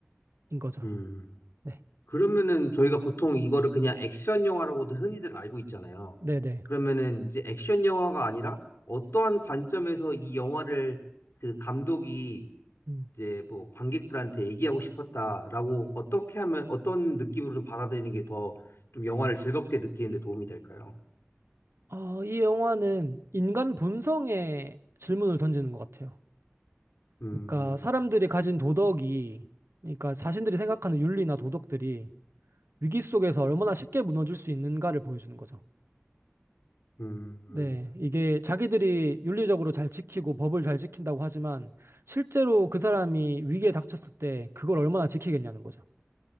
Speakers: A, on the right (about 85°); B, on the left (about 85°).
A: 거죠.
B: 음.
A: 네,
B: 그러면은 저희가 보통 이거를 그냥 액션 영화라고도 흔히들 알고 있잖아요.
A: 네네.
B: 그러면은 이제 액션 영화가 아니라 어떠한 관점에서 이 영화를 그 감독이
A: 음.
B: 이제 뭐 관객들한테 얘기하고 싶었다라고 어떻게 하면 어떤 느낌으로 좀 받아들이는 게 더 좀 영화를 즐겁게 느끼는 데 도움이 될까요?
A: 어, 이 영화는 인간 본성에 질문을 던지는 것 같아요.
B: 음,
A: 그러니까 사람들이 가진 도덕이, 그러니까 자신들이 생각하는 윤리나 도덕들이 위기 속에서 얼마나 쉽게 무너질 수 있는가를 보여주는 거죠.
B: 음, 음,
A: 네, 이게 자기들이 윤리적으로 잘 지키고 법을 잘 지킨다고 하지만 실제로 그 사람이 위기에 닥쳤을 때 그걸 얼마나 지키겠냐는 거죠.